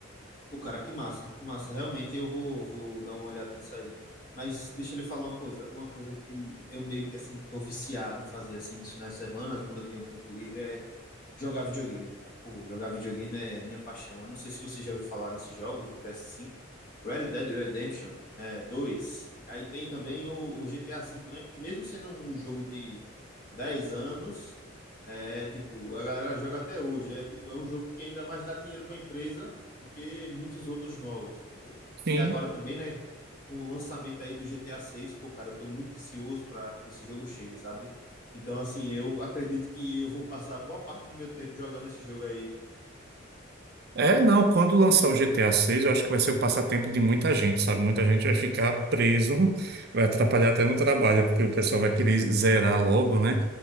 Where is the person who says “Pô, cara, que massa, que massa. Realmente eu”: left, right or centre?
Left